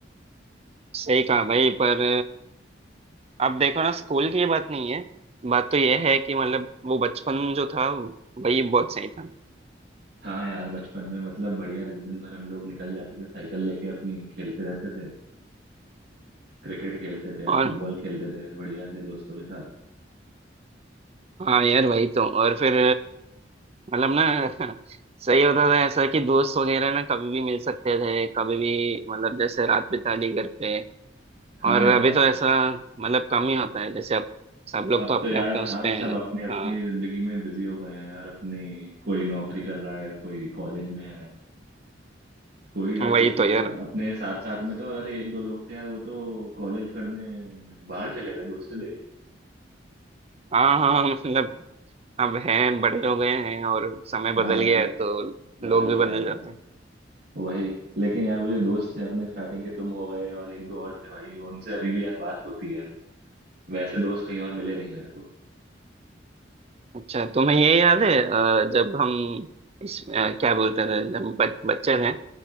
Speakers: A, on the right (about 35°); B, on the right (about 55°).
A: सही कहा भाई पर अब देखो ना स्कूल की बात नहीं है बात तो ये है कि मतलब वो बचपन जो था वही बहुत सही था
B: हाँ यार बचपन में मतलब बढ़िया दिन दिन भर हम लोग निकल जाते थे साइकिल लेके अपनी खेलते रहते थे क्रिकेट खेलते थे यार
A: और
B: फुटबॉल खेलते थे बढ़िया से दोस्तों के साथ
A: हाँ यार वही तो और फिर मतलब ना <laughs> सही होता था ऐसा कि दोस्त वगैरह ना कभी भी मिल सकते थे कभी भी मतलब जैसे रात बिता ली घर पे
B: हाँ
A: और
B: यार
A: अभी तो ऐसा मतलब कम ही होता है जैसे अब सब लोग
B: अब
A: तो अपने
B: तो यार
A: अपने
B: हाँ
A: उसपे
B: सब
A: हैं
B: अपनी अपनी
A: हाँ
B: जिंदगी में बिजी हो गए हैं यार अपनी कोई नौकरी कर रहा है कोई कॉलेज में है कोई यार
A: वही
B: कुछ कुछ
A: तो यार
B: अपने साथ साथ में तो अरे एक दो लोग थे यार वो तो कॉलेज करने बाहर चले गए दूसरे देश
A: हाँ हाँ मतलब अब हैं बड़े हो गए हैं और समय बदल
B: हाँ यार
A: गया है तो
B: बदल
A: लोग भी
B: गया
A: बदल
B: है भाई
A: जाते हैं
B: वही लेकिन यार वो जो दोस्त थे अपने स्टार्टिंग के तुम हो गए और एक दो और थे भाई उनसे अभी भी यार बात होती है वैसे दोस्त कहीं और मिले नहीं मेरे को
A: अच्छा तुम्हें ये याद है अ, जब हम इस अ, क्या बोलते थे जब हम बच, बच्चे थे